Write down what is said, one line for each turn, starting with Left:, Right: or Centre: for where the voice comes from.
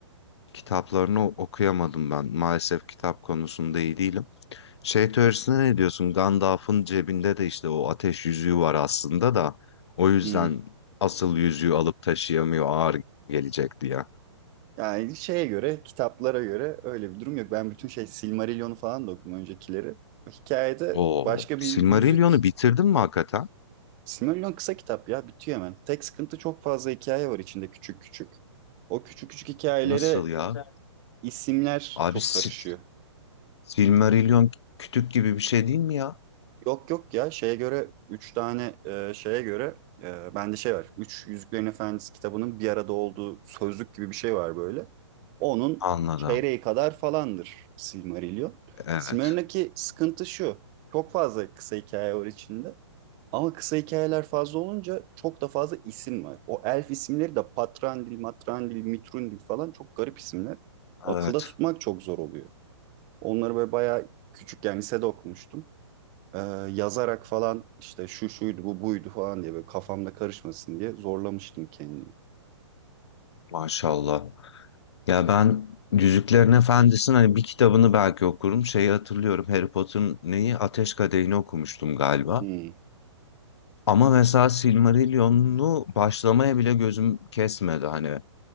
Left: kitaplarını okuyamadım ben. Maalesef kitap konusunda iyi değilim. Şey teorisine ne diyorsun? Gandalf'ın cebinde de işte o ateş yüzüğü var aslında da o yüzden
Right: Hmm.
Left: asıl yüzüğü alıp taşıyamıyor ağır gelecek diye.
Right: Yani şeye göre, kitaplara göre öyle bir durum yok. Ben bütün şey Silmarillion'u falan da okudum öncekileri. Hikayede
Left: Oo,
Right: başka bir yüzük.
Left: Silmarillion'u bitirdin mi hakikaten?
Right: Silmarillion kısa kitap ya, bitiyor hemen. Tek sıkıntı çok fazla hikaye var içinde küçük küçük. O küçük küçük hikayelere
Left: Nasıl ya?
Right: isimler
Left: Abi
Right: çok
Left: Si-
Right: karışıyor.
Left: Silmarillion kütük gibi bir şey değil mi ya?
Right: Yok yok ya şeye göre 3 tane e, şeye göre e, bende şey var. üç Yüzüklerin Efendisi kitabının bir arada olduğu sözlük gibi bir şey var böyle. Onun
Left: Anladım.
Right: çeyreği kadar falandır Silmarillion.
Left: Evet.
Right: Silmarillion'daki sıkıntı şu. Çok fazla kısa hikaye var içinde. Ama kısa hikayeler fazla olunca çok da fazla isim var. O elf isimleri de Patrandil, Matrandil, Mitrundil falan çok garip isimler. Akılda
Left: Evet.
Right: tutmak çok zor oluyor. Onları böyle bayağı küçükken lisede okumuştum e, yazarak falan işte şu şuydu bu buydu falan diye böyle kafamda karışmasın diye zorlamıştım kendimi.
Left: Maşallah. Ya ben Yüzüklerin Efendisi'nin hani bir kitabını belki okurum. Şeyi hatırlıyorum. Harry Potter'ın neyi? Ateş Kadehi'ni okumuştum galiba.
Right: Hmm,
Left: Ama mesela Silmarillion'u başlamaya bile gözüm kesmedi hani.